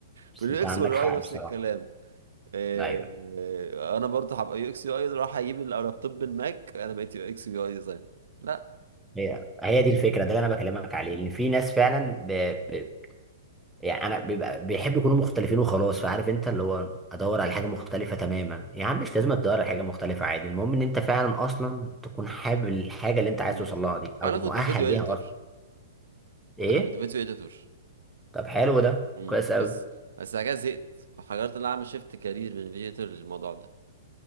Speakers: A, in the centre; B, on the right.
A: بس
B: في اليو
A: انت
B: اكس
A: عندك
B: والاي
A: حق
B: نفس
A: بصراحة
B: الكلام آه،
A: ايوه
B: آه، انا برضه هبقى يو اكس يو اي راح اجيب اللابتوب بالماك انا بقيت يو اكس يو اي ديزاين لا
A: هي هي دي الفكرة ده اللي انا بكلمك عليه ان في ناس فعلا ب... ب... يعني انا بيبقى بيحب يكونوا مختلفين وخلاص فعارف انت اللي هو ادور على حاجة مختلفة تماما يا عم مش لازم تدور على حاجة مختلفة عادي المهم ان انت فعلا اصلا تكون حابب الحاجة اللي انت عايز
B: امم
A: توصل لها دي او
B: انا كنت
A: مؤهل
B: فيديو اديتور
A: ليها اصلا ايه
B: انا كنت فيديو اديتور
A: طب حلو ده
B: امم
A: كويس قوي
B: بس بس بعد كده زهقت وحاولت ان انا اعمل شيفت كارير من فيديو اديتور للموضوع ده